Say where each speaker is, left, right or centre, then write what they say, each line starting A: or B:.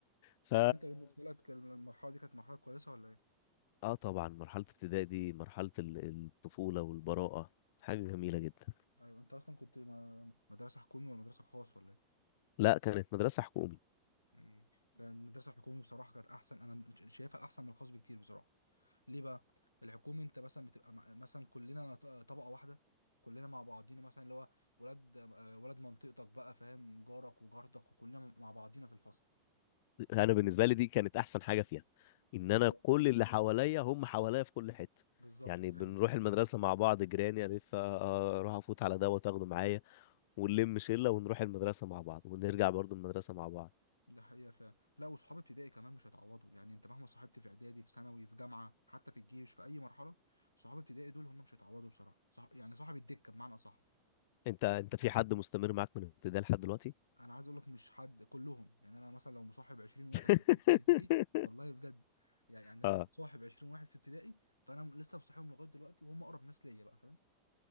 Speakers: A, on the left; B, on the left.
A: ف
B: طب انت بالنسبه لك المرحله دي كانت مرحله كويسه ولا ايه
A: اه طبعا مرحله ابتدائي دي مرحله ال- الطفوله والبراءه حاجه جميله جدا
B: ايوه انت اصلا كنت ما... مدرسه حكومي ولا مدرسه خاص ولا ايه
A: لا كانت مدرسه حكومي
B: مم. كان المدرسه الحكومي بصراحه كانت احسن انا ش- شايفها احسن من الخاص بكتير بصراحه ليه بقى الحكومي انت مثلا بتبقى م- مثلا كلنا ط- طبقه واحده كلنا مع بعضينا مثلا اللي هو ولاد آه، ولاد منطقتك بقى فاهم جارك وجارتك وكلنا مع بعضينا في الفصل
A: انا بالنسبه لي دي كانت احسن حاجه فيها ان
B: بالظبط
A: انا كل اللي حواليا هم حواليا في كل حته
B: بالظبط
A: يعني
B: ده حقيقة
A: بنروح المدرسه مع بعض جيراني الف آه، اروح افوت على ده واخده معايا ونلم شله ونروح المدرسه مع بعض ونرجع برضو المدرسه مع بعض
B: ده حقيقة فعلا لا وصحاب ابتدائي كمان مش هيتعوضوا يعني انت مهما صاحبت في اعدادي في ثانوي في جامعة حتى في الجيش في اي مرحلة صحاب ابتدائي دول هم مش هيتعوضوا بصراحة صح يعني صاحب الدكة بمعنى صح
A: انت انت في حد مستمر معاك من ابتدائي لحد دلوقتي
B: انا عايز اقول لك مش حد كلهم يعني انا مثلا لو مصاحب 20 واحد
A: <laughs>
B: في ابتدائي والله بجد يعني
A: اه
B: لو مصاحب 20 واحد في ابتدائي فانا لسه مصاحبهم لغاية دلوقتي وهم اقرب ناس ليا بقى فاهم